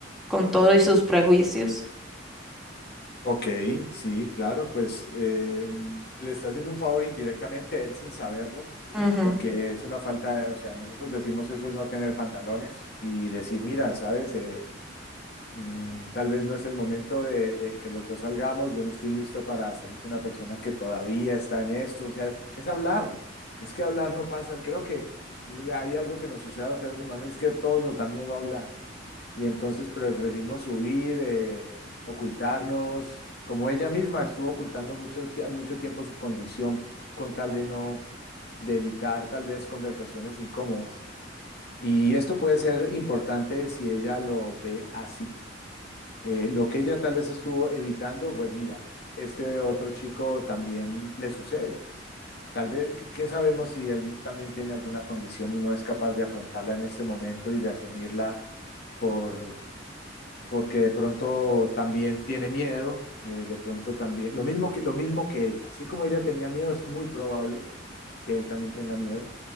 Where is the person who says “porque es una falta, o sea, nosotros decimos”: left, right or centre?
Left